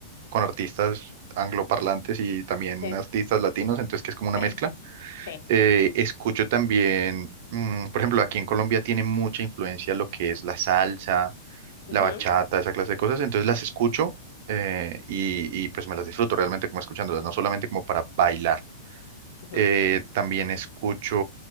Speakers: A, on the right; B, on the left.
A: con artistas angloparlantes y también
B: Sí,
A: artistas latinos, entonces que es como una
B: sí,
A: mezcla.
B: sí.
A: Eh, escucho también, mm, por ejemplo, aquí en Colombia tiene mucha influencia lo que es la salsa,
B: Ujú,
A: la bachata, esa clase de cosas, entonces las escucho eh, y, y pues me las disfruto realmente como escuchándolas, no solamente como para bailar.
B: ujú,
A: Eh, también escucho,